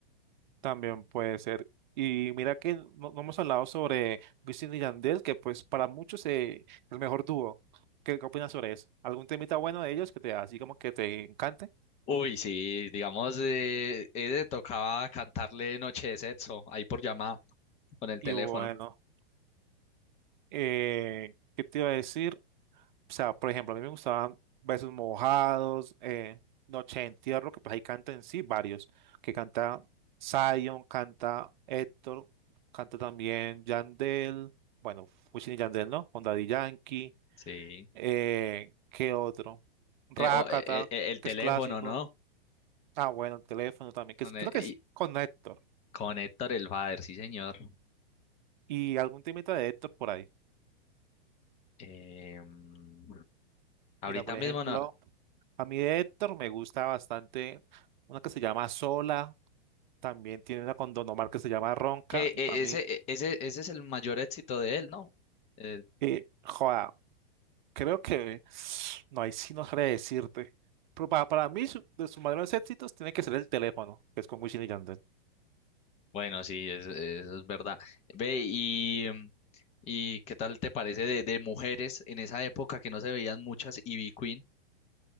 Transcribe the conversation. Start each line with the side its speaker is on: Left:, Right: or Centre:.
Right: también puede ser. Y mira que no, no hemos hablado sobre Wisin y Yandel, que pues para muchos eh, es el mejor dúo. ¿Qué, qué opinas sobre eso? ¿Algún temita bueno de ellos que te así como que te encante?
Left: Uy, sí, digamos, eh, eh, tocaba cantarle Noche de Sexo ahí por llamada con el
Right: Y
Left: teléfono.
Right: bueno, eh, ¿qué te iba a decir? O sea, por ejemplo, a mí me gustaban Besos Mojados, eh, Noche de Entierro, que pues ahí canta en sí varios, que canta Zion, canta Héctor, canta también Yandel, bueno, Wisin y Yandel, ¿no? Onda Daddy Yankee.
Left: Sí.
Right: Eh, ¿qué otro? Rakata,
Left: Eh, o, eh, eh, eh, el
Right: que
Left: teléfono,
Right: es clásico.
Left: ¿no?
Right: Ah, bueno, el teléfono también, que
Left: Con,
Right: es- creo
Left: eh,
Right: que
Left: y,
Right: es con Héctor.
Left: con Héctor el Father, sí, señor.
Right: Y algún temita de Héctor por ahí.
Left: Eh, mm, ahorita
Right: Mira, por
Left: mismo
Right: ejemplo,
Left: no.
Right: a mí de Héctor me gusta bastante una que se llama Sola. También tiene una con Don Omar que se llama Ronca.
Left: Que
Right: Y
Left: eh,
Right: para mí,
Left: ese, eh, ese, ese es el mayor éxito de él, ¿no? Eh,
Right: eh, joda, creo que <sighs> no, ahí sí no sabré decirte. Pero para, para mí, su- de sus mayores éxitos, tiene que ser el teléfono, que es con Wisin y Yandel.
Left: bueno, sí, es- eso es verdad. Ve, y, mm, y ¿qué tal te parece de, de mujeres en esa época que no se veían muchas y B-Queen?